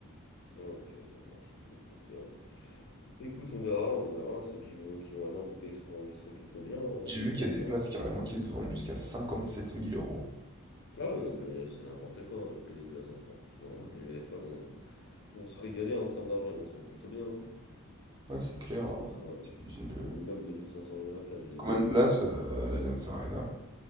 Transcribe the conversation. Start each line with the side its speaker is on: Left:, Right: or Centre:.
Left: ah OK, ça marche. Bah écoute, heu, écoute on verra, on verra, ceux qui vont qui vont aller en tout cas, ils seront ils seront plutôt bien, hein, on
Right: J'ai
Left: va pas
Right: vu
Left: se
Right: qu'il
Left: mentir,
Right: y a des places
Left: hein.
Right: carrément qui se vendent jusqu'à cinquante sept mille euros.
Left: Ah ouais, non mais c'est n'importe quoi hein, le prix des places hein, franchement. L'UEFA vont, vont se régaler en termes d'argent, ils vont se mettre plutôt bien. hein.
Right: Ouais, c'est clair.
Left: Parce
Right: hein.
Left: que ça, euh,
Right: T'imagines le,
Left: c'est minimum 2500 euros la place, j'ai
Right: C'est combien
Left: vu.
Right: de
Left: Donc,
Right: places
Left: euh,
Right: euh, l'Allianz Arena?